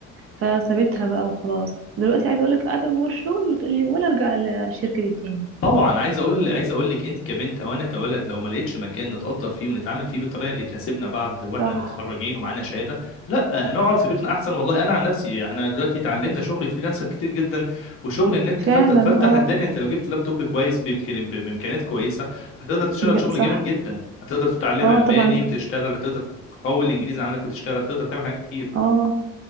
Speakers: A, on the right; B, on the left.
A: فسابتها بقى وخلاص دلوقتي عايز اقول لك قاعده من ورا شغل وتقول لي ولا ارجع للشركه دي تاني
B: طبعا عايز اقول عايز اقول لك انت كبنت او انا كولد لو ما لقيتش مكان نتقدر فيه ونتعامل فيه بالطريقه اللي تناسبنا بعد واحنا
A: صح
B: متخرجين ومعانا شهاده لا نقعد في بيتنا احسن والله انا عن نفسي احنا دلوقتي اتعلمنا شغل فريلانسر كتير جدا وشغل النت
A: فعلا
B: فتح فتح
A: اه
B: الدنيا انت لو جبت لابتوب كويس بامكان ب- بامكانيات كويسه هتقدر تشتغل
A: بج-
B: شغل
A: صح
B: جامد جدا هتقدر تتعلم
A: اه
B: الماني
A: طبعا
B: وتشتغل هتقدر تقوي الانجليزي عندك وتشتغل تقدر تعمل حاجات كتير
A: اه